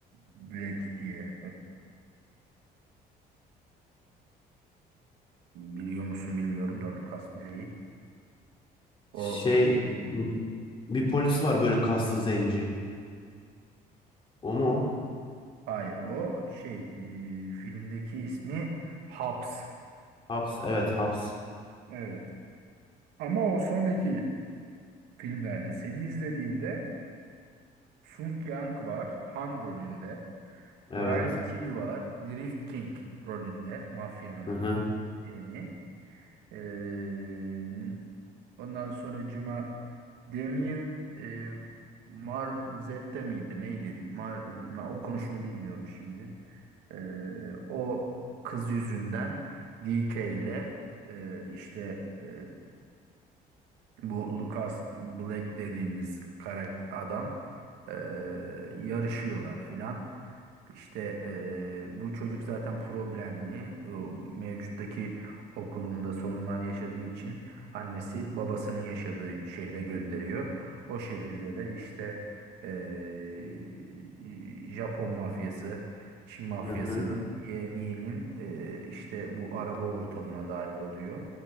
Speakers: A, on the right (about 85°); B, on the left (about 30°).
A: Black diye. Biliyor musun bilmiyorum da Lucas Blake'i. O
B: Şey
A: şeyde
B: m- bir polis var böyle kaslı zenci. O mu o?
A: hayır o şey e, filmdeki ismi Hobbs.
B: Haps. Evet Haps.
A: Evet. Ama o sonraki filmlerde senin izlediğinde Sung Yang var Han rolünde.
B: Evet.
A: Brian Evet. T var Drift King rolünde mafyanın
B: Hı hı.
A: yeğeni. Ee, Ondan sonra Cuma Damien e, Marzette miydi? Neydi? Mar, na- okunuşunu bilmiyorum şimdi. E, o kız yüzünden D K ile e, işte e, bu Lucas Black dediğimiz karakter adam eee, yarışıyorlar filan. İşte eee, bu çocuk zaten problemli. O mevcuttaki okulunda sorunlar yaşadığı için annesi babasının yaşadığı şehre gönderiyor. O şehirde de işte eee, Japon mafyası, Çin mafyasının
B: Hı hı.
A: yeğeninin eee, işte bu araba ortamına dahil oluyor.